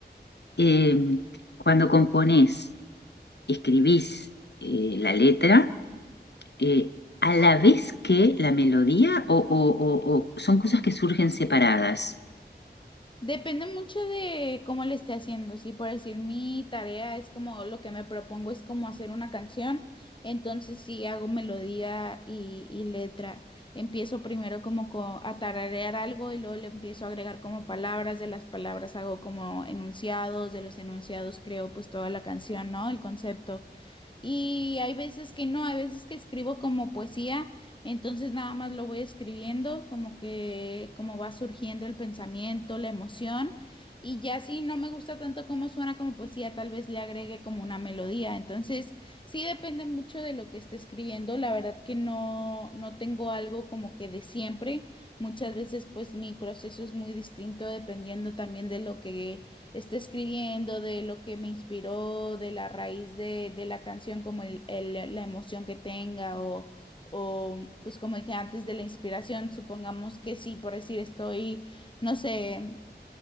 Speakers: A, on the left (about 75°); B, on the left (about 25°).
A: eh, cuando componés, escribís eh, la letra, eh, a la vez que la melodía o, o- o- o son cosas que surgen separadas.
B: Depende mucho de cómo le esté haciendo, si por decir, mi tarea es como lo que me propongo es como hacer una canción, entonces si hago melodía y, y letra. Empiezo primero como co- a tararear algo y luego le empiezo a agregar como palabras, de las palabras hago como enunciados, de los enunciados creo pues toda la canción, ¿no? El concepto. y hay veces que no, hay veces que escribo como poesía, entonces nada más lo voy escribiendo, como que como va surgiendo el pensamiento, la emoción, y ya si no me gusta tanto cómo suena como poesía, tal vez le agregue como una melodía. Entonces, sí depende mucho de lo que esté escribiendo, la verdad que no no tengo algo como que de siempre. Muchas veces pues mi proceso es muy distinto dependiendo también de lo que esté escribiendo, de lo que me inspiró, de la raíz de, de la canción, como el- el- la emoción que tenga o, o, pues como dije antes, de la inspiración, supongamos que sí, por decir, estoy, no sé